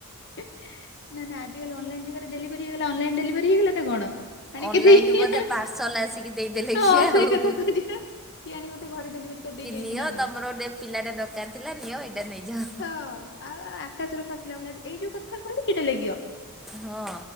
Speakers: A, on the left; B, in the centre.
A: ନା ନା ଆଜିକାଲି ଅନଲାଇନ ଯୁଗରେ ଡେଲିଭରି ହେଇଗଲା ଅନ୍‌ଲାଇନ୍ ଡେଲିଭରି ହେଇଗଲା ନା କଣ? ଆଣିକି
B: ଅନଲାଇନ
A: ଦେଇ
B: ବୋଧେ ପାର୍ସଲ ଆସିକି ଦେଇଦେଲେ।
A: ହଁ
B: କିଏ
A: ସେଇ
B: ଆଉ
A: କଥା କିବା କି ଆଣି ଡେଲିଭରି କରିଦେଇ
B: କି
A: ଯାଇଛି
B: ନିଅ
A: ନା କଣ
B: ତମର ଗୋଟେ ପିଲାଟା ଦରକାର ଥିଲା ନିଅ ଏଇଟା ନେଇଯାଅ।
A: ହଁ ଆଉ ଆକାଶରୁ ଖସିଲା ଭଳି ଏଇ ଯୋଉ କଥା କୁହନ୍ତି କିଟେ ଲାଗିବ।
B: ହଁ